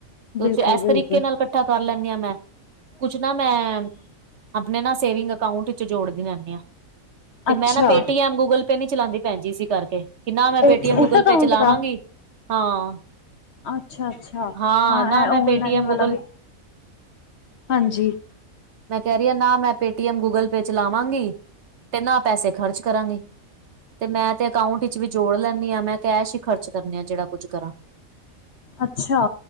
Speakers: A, on the right; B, on the left.
A: ਕੁਛ
B: ਬਿਲਕੁਲ
A: ਇਸ
B: ਬਿਲਕੁਲ
A: ਤਰੀਕੇ ਨਾਲ ਇਕੱਠਾ ਕਰ ਲੈਂਦੀ ਹਾਂ ਮੈਂ ਕੁਛ ਨਾ ਮੈਂ ਆਪਣੇ ਨਾ ਸੇਵਿੰਗ ਅਕਾਊਂਟ ਵਿੱਚ ਜੋੜਦੀ ਰਹਦੀ ਤੇ
B: ਅੱਛਾ
A: ਮੈਂ ਨਾ ਪੇਟੀਐਮ -ਗੂਗਲ ਪੇ ਨੀ ਚਲਾਉਂਦੀ ਭੈਣ ਜੀ ਇਸੀ ਕਰਕੇ ਕਿ ਨਾ ਮੈਂ ਪੇਟੀਐਮ-
B: ਉਸ
A: ਗੂਗਲ
B: ਉਸ ਅਕਾਊਂਟ
A: ਪੇ ਚਲਾਵਾਂਗੀ
B: ਦਾ
A: ਹਾਂ
B: ਅੱਛਾ ਅੱਛਾ
A: ਹਾਂ ਨਾ
B: ਇਹ
A: ਮੈਂ
B: ਓਨਲਾਈਨ
A: ਪੇਟੀਐਮ-
B: ਵਾਲਾ
A: ਗੂਗਲ
B: ਵੀ
A: <inaudible>
B: ਹਾਂਜੀ।
A: ਮੈਂ ਕਹਿ ਰਹੀ ਨਾ ਮੈਂ ਪੇਟੀਐਮ- ਗੂਗਲ ਪੇ ਚਲਾਵਾਂਗੀ ਨਾ ਪੈਸੇ ਖਰਚ ਕਰਾਂਗੀ ਤੇ ਮੈਂ ਤੇ ਅਕਾਊਂਟ ਵਿਚ ਵੀ ਜੋੜ ਲੈਂਦੀ ਹਾਂ ਮੈਂ ਐਸ਼ ਹੀ ਖਰਚ ਕਰਨੀ ਆ ਜਿਹੜਾ ਕੁੱਝ ਕਰਾਂ
B: ਅੱਛਾ